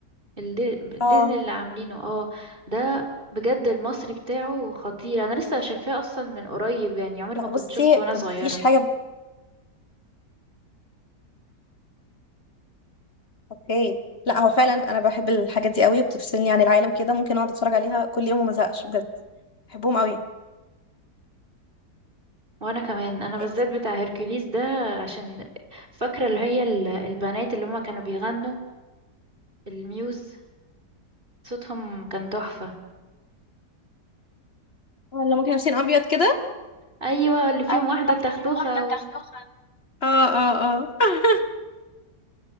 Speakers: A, on the right; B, on the left.
A: الدي- ديزني
B: اه
A: اللي عاملينه اه ده بجد المصري بتاعه خطير انا لسه شايفاه اصلا من قريب يعني عمري
B: لا
A: ما كنت
B: بصي
A: شفته وانا صغيره
B: مفيش حاجه اوكي لا هو فعلا انا بحب الحاجات دي قوي وبتفصلني عن العالم كده ممكن اقعد اتفرج عليها كل يوم وما ازهقش بجد بحبهم قوي
A: وانا كمان انا بالذات
B: إيه،
A: بتاع هيركوليس ده عشان فاكره اللي هي ال- البنات اللي هما كانوا بيغنوا الميوز صوتهم كان تحفه
B: ولا ممكن لابسين ابيض كده
A: ايوه اللي فيهم
B: ايوه
A: واحده التختوخه
B: اللي فيهم واحده
A: و...
B: بتاعت اه اه
A: و...
B: اه <laughs>